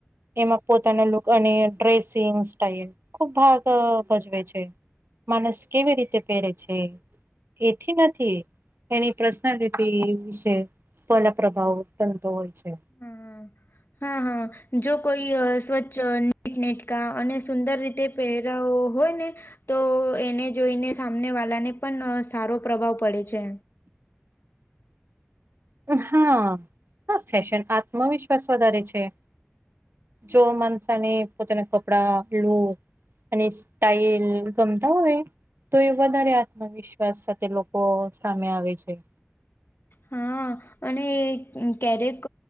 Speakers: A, on the right; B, on the left.
A: એમાં પોતાનો લુક અને ડ્રેસિંગ સ્ટાઈલ ખુબ ભાગ ભજવે છે. માણસ કેવી રીતે પરે છે. એથી નથી એની પર્સનાલિટી જે પલા પ્રભાવ તતો હોય છે.
B: હા હા હા જો કોઈ સ્વચ્છ નીટનેટકા અને સુંદર રીતે પહેરા હોય ને તો એને જોઈને સામને વાળાને પણ સારો પ્રભાવ પડે છે.
A: હા હા ફેશન આત્મવિશ્વાસ વધારે છે. જો માનસાને પોતાના કપડા લું અને સ્ટાઈલ ગમતા હોય તો એ વધારે આત્મવિશ્વાસ સાથે લોકો સામે આવે છે.
B: હા અને ક્યારેક